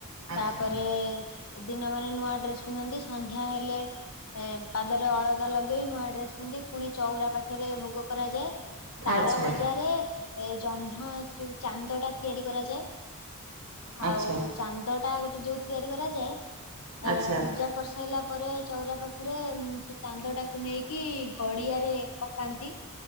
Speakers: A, on the right; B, on the left.
A: ଆଚ୍ଛା
B: ତାପରେ ଦିନ ବଳେ ନୂଆ ଡ୍ରେସ୍ ପିନ୍ଧନ୍ତି ସନ୍ଧ୍ୟା ହେଲେ ଏ- ପାଦରେ ଅଳତା ଲଗେଇ ନୂଆ ଡ୍ରେସ୍ ସେମିତି ପୁଣି ଚଉରା ପାଖେରେ ଭୂଗ କରାଯାଏ ତାଳ
A: ଆଚ୍ଛା
B: ଗଜାରେ ଏ ଜହ୍ନ ଯଉ ଚାନ୍ଦ ଟା ତିଆରି କରାଯାଏ ଆଉ
A: ଆଚ୍ଛା
B: ଚାନ୍ଦ ଟା ଗୋଟେ ଯଉ ତିଆରି କରାଯାଏ ଆ-
A: ଆଚ୍ଛା
B: ପୂଜା କରିସ୍ ଖାଇଲା ପରେ ଚଉରା ପାଖରେ ସେ ଚାନ୍ଦ ଟାକୁ ନେଇକି ଗଡିଆରେ ପକାନ୍ତି।